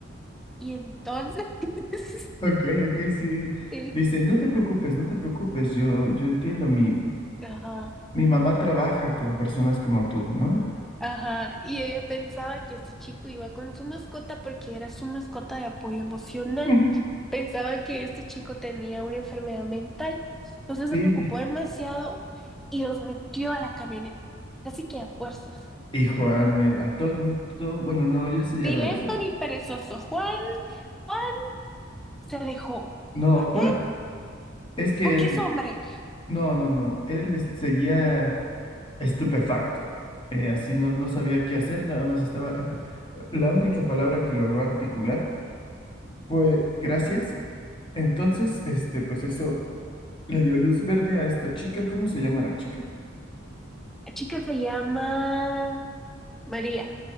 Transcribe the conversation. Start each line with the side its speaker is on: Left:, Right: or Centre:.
Centre: y entonces, <laughs>
Left: Ok, ok, sí.
Centre: sí,
Left: Dice, no te preocupes, no te preocupes, yo, yo entiendo, mi,
Centre: ajá.
Left: mi mamá trabaja con personas como tú, ¿no?
Centre: Ajá, y ella pensaba que este chico iba con su mascota porque era su mascota de apoyo emocional.
Left: Ujú.
Centre: Pensaba que este chico tenía una enfermedad mental. Entonces
Left: Sí.
Centre: se preocupó demasiado y los metió a la camioneta, casi que a fuerzas.
Left: Y Juan, eh, atónito, bueno, no, yo ese ya
Centre: Ni
Left: lo
Centre: lento
Left: usé.
Centre: ni perezoso. Juan, Juan se dejó.
Left: No,
Centre: ¿Por
Left: Juan,
Centre: qué?
Left: es que
Centre: Porque
Left: él,
Centre: es hombre.
Left: no, no, no, él es- seguía estupefacto. Eh, así no, no sabía qué hacer, nada más estaba... eh, La única palabra que logró articular fue gracias. Entonces, este, pues eso le dio luz verde a esta chica. ¿Cómo se llama la chica?
Centre: La chica se llama María.